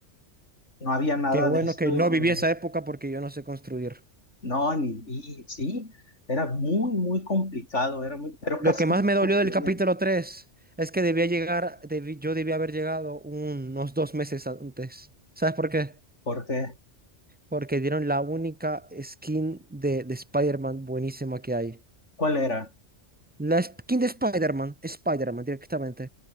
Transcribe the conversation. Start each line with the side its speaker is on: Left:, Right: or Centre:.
Left: No había nada
Right: Qué bueno
Left: de esto,
Right: que no viví esa época porque yo no sé construir.
Left: no, ni, y, sí, era muy, muy complicado, era muy, pero
Right: Lo
Left: casi
Right: que más
Left: no se
Right: me dolió
Left: construían.
Right: del capítulo 3 es que debía llegar, debí- yo debía haber llegado unos dos meses antes. ¿Sabes por qué?
Left: ¿Por qué?
Right: Porque dieron la única skin de, de Spider-Man buenísima que hay.
Left: ¿Cuál era?
Right: La skin de Spider-Man, Spider-Man directamente.